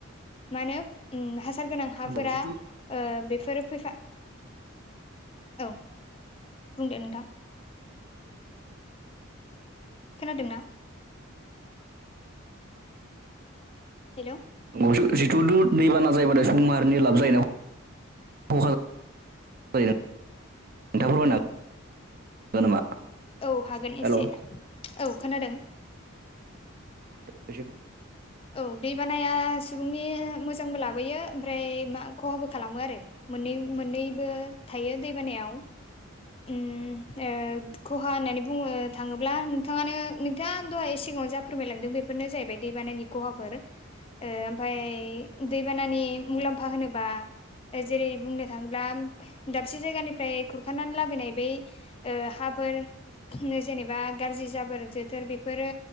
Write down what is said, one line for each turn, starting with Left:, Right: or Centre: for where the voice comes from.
Left: मानो उम हासार गोनां हाफोरा
Right: नंगौ जिथु
Left: ओ बेफोरो फैसा औ बुंदे नोंथां। खोनादोंना? हेलौ‌।
Right: <unintelligible> जिथु दु दैबाना जायोबाथाय सबुं माहारिनि लाब जायोना <unintelligible> नोंथां फोरमायनो हागोन नामा?
Left: औ हागोन एसे
Right: हेलौ
Left: औ खोनादों।
Right: <inaudible>
Left: औ दैबानाया सुबुंनि मोजांबो लाबोयो ओमफ्राय मा खहाबो खालामोआरो। मोननै मोननैबो थायो दैबानायाव उम ओ खहा होननानै बुंनो थाङोब्ला नोंथाङानो नोंथाङा दहाय सिगाङाव जा फोरमायलांदों बेफोरनो जाहैबाय दैबानानि खहाफोर ओमफ्राय दैबानानि मुलाम्फा होनोबा जेरै बुंनो थाङोब्ला दाबसे जायगानिफ्राय खुरखानानै लाबोनाय बै ओ हाफोर जेनेबा गाज्रि जाबोर जोथोर बेफोरो